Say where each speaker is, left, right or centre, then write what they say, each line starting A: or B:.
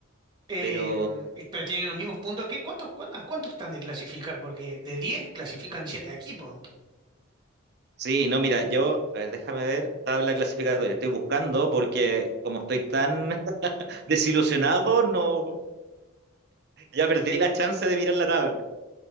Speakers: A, on the right; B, on the right.
A: Eh,
B: Pero
A: pero tienen los mismos puntos. ¿Qué, cuántos, cuán- ¿A cuántos están de clasificar? Porque de 10 clasifican siete equipos.
B: sí, no, mira, yo, a ver, déjame ver, tabla clasificatoria. Estoy buscando porque como estoy tan <laughs> desilusionado, no, ya perdí la chance de mirar la tabla.